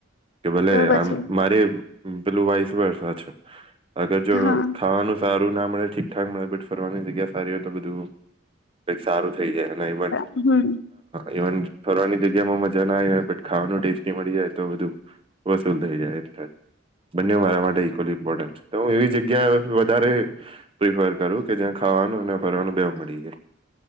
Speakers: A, on the right (about 25°); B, on the left (about 60°).
A: કે ભલે
B: તો પછી
A: આમ મારી પેલું વાઈસ વર્ષ છે. અગર જો
B: હા
A: ખાવાનું સારુ ના મળે ઠીકઠકે બટ ફરવાની જગ્યા સારી હોય તો બધું. કક સારું થઈ જાય અને ન બન
B: હમ્મ.
A: ઈવન ફરવાની જગ્યા માં મજા ના આવી હોય ખાવાનું ટેસ્ટી મળી જાય તો બધું વસૂલ થઈ જાય એ બંને મારા માટે ઈક્વલી ઇમ્પોર્ન્ટ છે તો હું એવી જગ્યા જ્યા વધારે પ્રિફર કરું કે જ્યા ખાવાનું અને ફરવાનું બે મળી જાય.